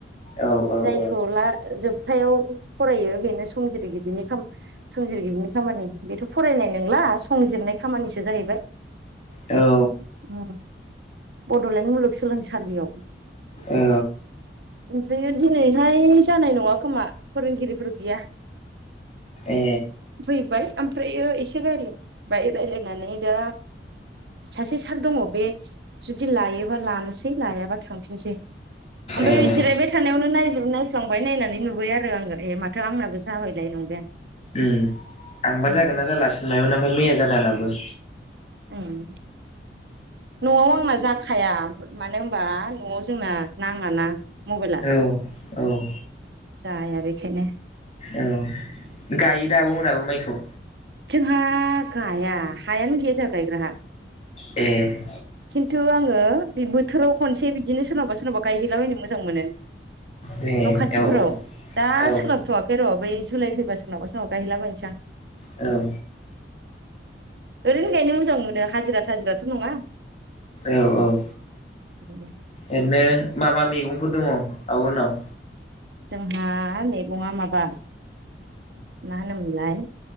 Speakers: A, on the left; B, on the right.
A: औ औ
B: जायखौ
A: औ
B: ला जोब थायाव फरायो बेनो संजिरगिरिनि खामानि संजिरगिरिनि खामानि बेथ' फरायनाय नंला संजिरनाय खामानिसो जाहैबाय।
A: औ
B: उम बड'लेण्ड मुलुगसोलोंसालियाव।
A: औ
B: ओमफ्राय दिनैहाय जानाय नङा खोमा फोरोंगिरिफोर गैया।
A: ए
B: फैबाय ओमफ्रायो एसे रायलायबाय रायलायनानै दा सासे सार दङ बे जुदि लायोबा लानोसै लायाबा थांफिनसै ओमफ्राय
A: ए
B: जिरायबाय थानायावनो नाय नायफ्लांबाय नायनानै नुबाय आरो आङो ए माथो आंनाबो जाबायलाय नंबाय आं।
A: उम आंबा
B: उम
A: जागोन ना जाला सानबायमोन ओमफ्राय मैया जादों आंनाबो।
B: उम न'आव आंना जाखाया मानो होनबा न'आव जोंना नाङाना मबाइला
A: औ औ
B: जाया बेखायनो
A: औ गायोदा आब'मोनाबो माइखौ‌?
B: जोंहा गाया हायानो गैया जोंहा गायग्रा हा।
A: ए
B: खिन्थु आङो बे बोथोराव खनसे बिदिनो सोरनावबा सोरनावबा गायहैलाबायनो मोजां मोनो।
A: ए
B: न' खाथिफोराव
A: औ
B: दा
A: औ
B: सोलाबथ'वाखै र' बै जुलाइ फैबा सोरनावा सोरनाव गायहैलाबायनोसां।
A: औ
B: ओरैनो गायनो मोजां मोनो हाजिरा थाजिराथ' नङा।
A: औ औ
B: ज <inaudible>
A: ओरैनो मा मा मैगंफोर दङ? आब'मोननाव?
B: जोंहा मैगं माबा मा होनोमोनलाय